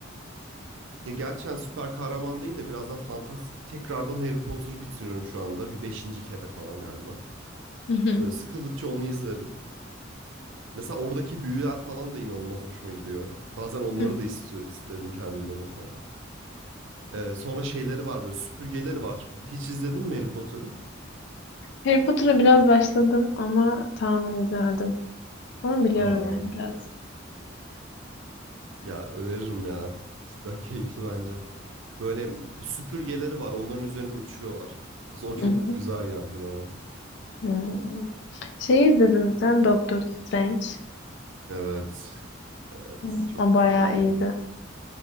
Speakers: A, on the right; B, on the left.
A: Ya gerçekten süper kahraman değil de biraz daha fantastik. Tekrardan Harry Potter'ı bitiriyorum şu anda. Bir beşinci kere falan galiba.
B: Hı hı.
A: Böyle sıkıldıkça onu izlerim. Mesela oradaki büyüler falan da inanılmaz hoşuma gidiyor. Bazen onları
B: Hı.
A: da istiyor, isterim kendimde mesela. Ee, sonra şeyleri var böyle süpürgeleri var. Hiç izledin mi Harry Potter'ı?
B: Harry Potter'a biraz başladım ama tamamen izlemedim. Ama biliyorum
A: Aa,
B: yani biraz.
A: ya öneririm ya. Cidden <laughs> keyifli bence. Böyle süpürgeleri var onların üzerinde uçuyorlar. Mesela o çok
B: Hı hı.
A: güzel geldi bana.
B: Hmm. Şey izledin mi sen Doctor Strange.
A: Evet. Evet
B: Hmm.
A: çok
B: O bayağı
A: çok
B: iyiydi.
A: iyi.